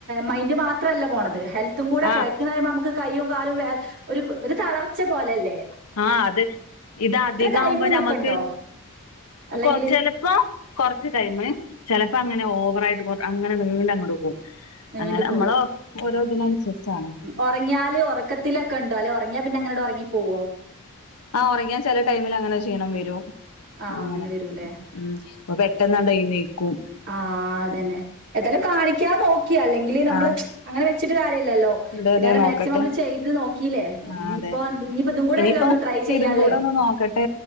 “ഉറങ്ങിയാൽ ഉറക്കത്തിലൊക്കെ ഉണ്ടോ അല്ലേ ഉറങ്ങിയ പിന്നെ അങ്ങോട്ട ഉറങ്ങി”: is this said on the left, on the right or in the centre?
Right